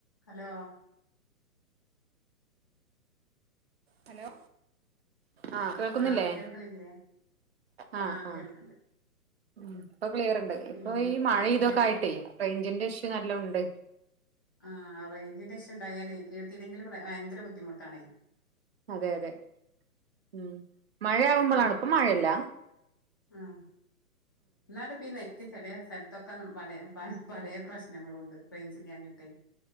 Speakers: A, on the left; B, on the right.
A: Hello
B: hello ആ കേൾക്കുന്നില്ലേ
A: ആഹ് കേൾക്കണില്ലേ
B: ആ
A: ആഹ്
B: ആ
A: കേൾക്കണ്ട്
B: മ് ഇപ്പൊ ക്ലിയറ്ണ്ട്
A: പിന്നെ
B: ഇപ്പൊ ഈ മഴ ഇതൊക്കെ
A: എന്ത്
B: ആയിട്ടേ റെയിഞ്ചിന്റെ ഇഷ്യു നല്ലോ ഉണ്ട്
A: ആ റേഞ്ചിന്റെ ഇഷ്യു ഉണ്ടായാലേ കേട്ടില്ലെങ്കിൽ പ്ര ഭയങ്കര ബുദ്ധിമുട്ടാണേ
B: അതെ അതെ ഉം മഴയാവുമ്പോളാണ്
A: പിന്നെ
B: ഇപ്പൊ മഴല്ല
A: ആഹ് എന്നാലും ഇപ്പ ഈ നെറ്റ് ചെലെ സ്ഥലത്തൊക്കെ വലെ പ പലെ പ്രശ്നങ്ങളുണ്ട് റെയ്ഞ്ചില്ലാഞ്ഞിട്ടെ